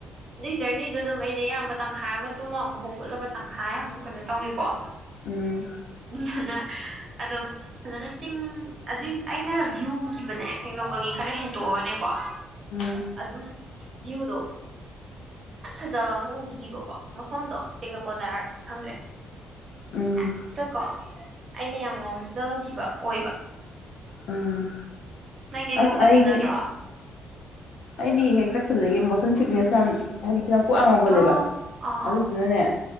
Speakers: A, on the right (about 45°); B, on the left (about 75°).
A: ꯑꯗꯨꯩ ꯖꯔꯅꯤꯗꯣ ꯑꯗꯨꯝ ꯑꯩꯁꯦ ꯑꯌꯥꯝꯕ ꯇꯪꯈꯥꯏꯌꯦ ꯑꯃꯃꯦꯦꯨꯡꯃ ꯑꯃꯛ ꯍꯒꯨꯠꯂꯒ ꯇꯪꯈꯥꯏ ꯑꯃꯨꯛ ꯀꯩꯅꯣ ꯇꯧꯋꯤꯀꯣ
B: ꯎꯝ
A: ꯐꯅ ꯑꯗꯨꯝ ꯐꯖꯅ ꯆꯤꯡ ꯑꯗꯨꯏ ꯑꯩꯅ ꯚ꯭ꯌꯨꯈꯤꯕꯅꯦ ꯇꯦꯡꯅꯧꯄꯜꯒꯤ ꯈꯔ ꯍꯦꯟ <unintelligible> ꯀ
B: ꯎꯝ
A: ꯑꯗꯨꯝ ꯚ꯭ꯌꯨꯗꯣ ꯐꯖꯕ ꯑꯃ ꯎꯈꯤꯕꯀꯣ ꯃꯐꯝꯗꯣ ꯇꯦꯡꯅꯧꯄꯖꯥꯔꯗꯤ ꯈꯪꯗ꯭ꯔꯦ
B: ꯎꯝ
A: ꯍꯦꯛꯇ ꯀꯣ ꯑꯩꯅ ꯌꯥꯝ ꯉꯥꯎꯖꯈꯤꯕ ꯑꯣꯏꯕ
B: ꯎꯝ
A: ꯅꯪꯗꯤ ꯑꯗꯨꯒꯨꯝꯕ
B: ꯑꯁ ꯑꯩꯗꯤ
A: ꯊꯦꯡꯅꯗ꯭ꯔꯣ
B: ꯑꯩꯗꯤ ꯍꯦꯛ ꯆꯠꯈꯤꯕꯗꯒꯤ ꯏꯃꯣꯁꯟ ꯁꯤꯛꯅꯦꯁ ꯍꯥꯏꯗꯤ ꯈꯤꯇꯪ ꯀꯣꯛꯡ ꯉꯧꯒꯜꯂꯦꯕ
A: ꯑꯥ ꯑꯥ
B: ꯑꯗꯨꯗꯨꯅꯅꯦ
A: ꯑꯥ